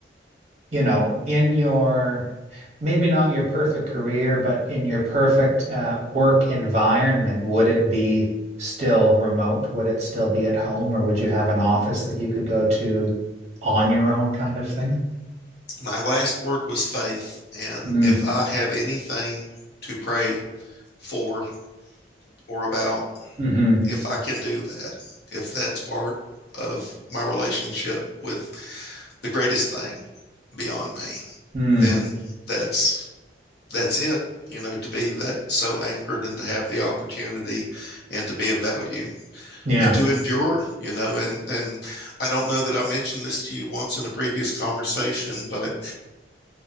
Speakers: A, on the right; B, on the left.
A: you know, in your maybe not your perfect career, but in your perfect uh, work environment, would it be still remote? Would it still be at home, or would you have an office that you could go to on your own kind of thing?
B: My last word was faith. And
A: Mm,
B: if I have anything to pray for or about,
A: mm-hmm,
B: if I can do that, if that's part of my relationship with the greatest thing beyond me,
A: mm,
B: then that's that's it. You know, to be that so anchored and to have the opportunity and to be of value
A: yeah,
B: and to endure you know and and i don't know that i mentioned this to you once in a previous conversation but